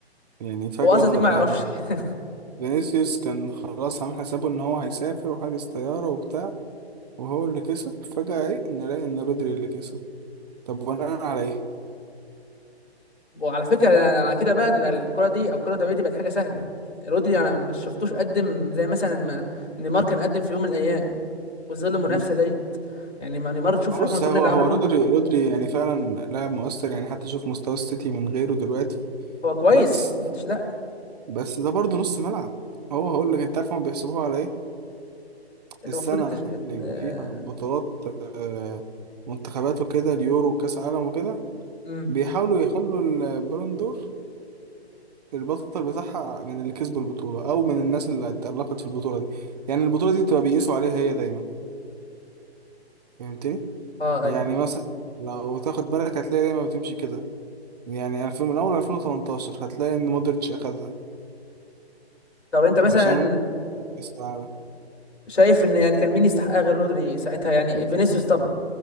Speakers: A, on the right; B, on the left.
A: يعني فجأة
B: هو اصلا ليه ما
A: يعني
B: يعرفش <laughs>
A: فينيسيوس كان خلاص عامل حسابه ان هو هيسافر وحاجز طيارة وبتاع وهو اللي كسب فجأة ايه نلاقي ان رودري اللي كسب طب وانا على ايه
B: وعلى فكرة انا على كده بقى ده الكرة دي او الكرة الدولية دي بقت حاجة سهلة رودري انا ما شفتوش قدم زي مثلا ما نيمار كان قدم في يوم من الايام وظل المنافسة
A: مم.
B: ديت يعني ما نيمار تشوف
A: ما بص
B: رغم كل
A: هو
B: اللي
A: هو
B: عمله
A: رودري رودري يعني فعلا لاعب مؤثر يعني حتى شوف مستوى السيتي من غيره دلوقتي
B: هو كويس
A: بس
B: ما قلتش لا
A: بس ده برضه نص ملعب هو هقول لك انت عارف هم بيحسبوها على ايه
B: اللي
A: السنة
B: المفروض التشجيع ال-
A: اللي يبقى
B: آه،
A: فيها بطولات آه، منتخبات وكده اليورو وكاس عالم وكده
B: امم
A: بيحاولوا يخلوا البالون دور البطل بتاعها من اللي كسبوا البطولة أو من الناس اللي اتألقت في البطولة دي يعني البطولة دي بتبقى بيقيسوا عليها هي دايما فهمتني؟
B: اه
A: يعني
B: ايوه ايوه
A: مثلا لو تاخد بالك هتلاقي دايما بتمشي كده يعني ألفين من أول 2018 هتلاقي إن مودريتش أخدها
B: طب انت مثلا
A: عشان كأس العالم
B: شايف ان يعني كان مين يستحقها غير رودري ساعتها يعني فينيسيوس طبعا